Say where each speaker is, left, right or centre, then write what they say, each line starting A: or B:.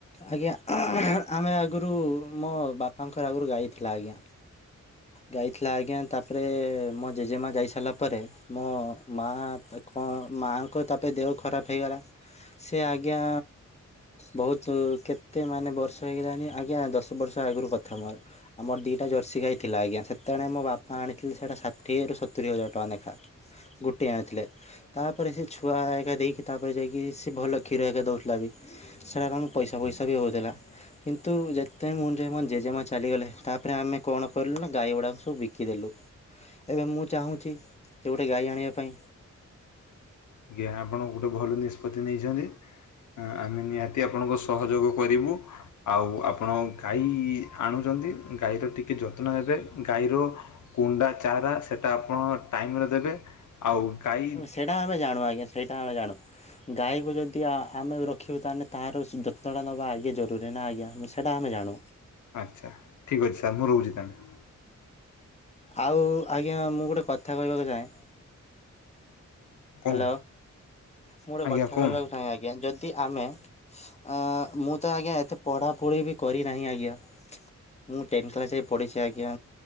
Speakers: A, on the left; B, on the left.
A: ଆଜ୍ଞା ଆମେ ଆଗରୁ ମୋ ବାପାଙ୍କର ଆଗରୁ ଗାଇଥିଲା ଆଜ୍ଞା ଯାଇଥିଲା ଆଜ୍ଞା ତାପରେ ମୋ ଜେଜେ ମା ଯାଇସାରିଲା ପରେ ମୋ ମା କଣ ମାଆଙ୍କ ତାପରେ ଦେହ ଖରାପ୍ ହେଇଗଲା ସେ ଆଜ୍ଞା ବହୁତ କେତେ ମାନେ ବର୍ଷ ହେଇଗଲାଣିି ଆଜ୍ଞା ଦଶ ବର୍ଷ ଆଗରୁ କଥା ଆମର ଦିଟା ଜର୍ସିୀ ଗାଇ ଥିଲା ଆଜ୍ଞା ସେତେବେଳେ ମୋ ବାପା ଆଣିଥିଲେ ସେଇଟା ଷାଠିଏରୁ ସତୁୁରରି ହଜାର ଟଙ୍କା ଲେଖା ଗୋଟିଏ ଆଣିଥିଲେ ତାପରେ ସେ ଛୁଆ ଘରିକା ଦେଇକି ତାପରେ ଯାଇକି ସେ ଭଲ କ୍ଷୀର ଏକା ଦଉଥିଲା ବି ସେଟାରେ ଆମ ପଇସା ଫଇସା ବି ହଉଥିଲା କିନ୍ତୁ ଯେତେବେଳେ ମୁଁ ଜେଜେ ମା ଚାଲିଗଲେ ତାପରେ ଆମେ କଣ କଣ କଲୁ ନା ଗାଈ ଗୁଡ଼ାକ ସବୁ ବିକିଦେଲୁ ଏବେ ମୁଁ ଚାହୁଁଛି ସେ ଗୋଟେ ଗାଈ ଆଣିବା ପାଇଁ
B: ଆଜ୍ଞା ଆପଣ ଗୋଟେ ଭଲ ନିଷ୍ପତ୍ତି ନେଇଛନ୍ତି ଆମେ ନିହାତି ଆପଣଙ୍କ ସହଯୋଗ କରିବୁ ଆଉ ଆପଣ ଗାଈ ଆଣୁଛନ୍ତି ଗାଈର ଟିକେ ଯତ୍ନ ନେବେ ଗାଈର କୁଣ୍ଡା ଚାରା ସେଟା ଆପଣ ଟାଇମିରେ ଦେବେ ଆଉ ଗାଈ
A: ସେଇଟା ଆମେ ଜାଣୁ ଆଜ୍ଞା ସେଇଟା ଆମେ ଜାଣୁ
B: ହ
A: ଗାଈକୁ ଯଦି ଆମେ ରଖିବୁ ତାହେଲେ ତାର ଯତ୍ନା ନେବା ଆଗେ ଜରୁରୀ ନା ଆଜ୍ଞା ସେଇଟା ଆମେ ଜାଣୁ
B: ଆଚ୍ଛା ଠିକ୍ ଅଛି ସାର୍ ମୁଁ ରହୁଛି ତାହେଲେ
A: ଆଉ ଆଜ୍ଞା ମୁଁ ଗୋଟେ କଥା କହିବାକୁ ଚାହେଁ
B: କହୁନ୍
A: ହ୍ୟାଲୋ ମୁଁ ଗୋଟେ
B: ଆଜ୍ଞା
A: କଥା
B: କହୁନ୍
A: କହିବାକୁ ଚାହହିଁ ଆଜ୍ଞା ଯଦି ଆମେ ଅ ମୁଁ ତ ଆଜ୍ଞା ଏତେ ପଢ଼ାପଢ଼ି ବି କରିନାହିଁ ଆଜ୍ଞା ମୁଁ ଟେନ୍ କ୍ଲାସ୍ର ଯାଏ ପଢ଼ିଛି ଆଜ୍ଞା